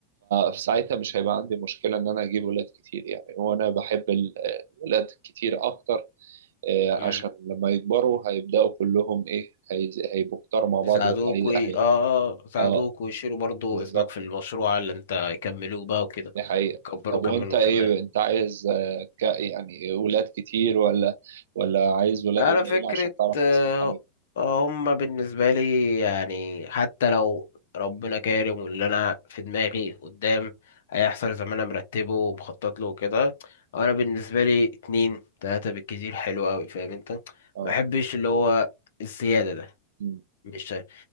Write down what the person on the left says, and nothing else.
مم.
يساعدوك
وي...
اه اه يساعدوك
ويشيلوا برضو
اسمك في المشروع اللي انت يكملوه بقى وكده
وكبروا
كمان
وكمان
على
فكرة
آه،
آه، هم بالنسبة لي يعني حتى لو ربنا كارم واللي انا في دماغي قدام هيحصل زي ما انا مرتبه ومخطط له وكده انا بالنسبة لي اتنين تلاتة بالكتير حلو اوي فاهم انت ما
بحبش اللي هو الزيادة ده
مش شايف